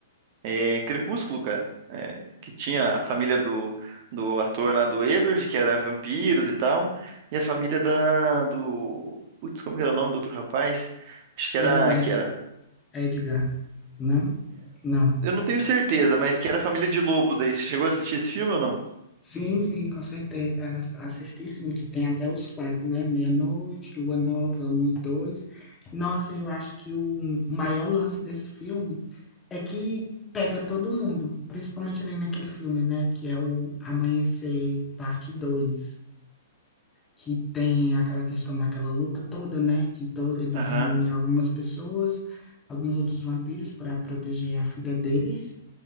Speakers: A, on the right (about 45°); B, on the left (about 15°).
A: é, Crepúsculo, cara, É, que tinha a família do, do ator lá do Edward, que era vampiros e tal, e a família da do, putz, como que era o nome do outro rapaz? Acho
B: Acho
A: que
B: que
A: era,
B: era o Edgar,
A: que era,
B: Edgar, não? Não.
A: eu não tenho certeza, mas que era a família de lobos aí. Você chegou a assistir esse filme ou não?
B: Sim, sim, com certeza. A- Assisti sim, que tem até os quatro, né? Meia-noite, Lua Nova, um e dois. Nossa, eu acho que o maior lance desse filme é que pega todo mundo, principalmente ali naquele filme, né? Que é o Amanhecer, parte dois que tem aquela questão daquela luta toda, né? Que to eles
A: Aham,
B: reúnem algumas pessoas, alguns outros vampiros para proteger a filha deles.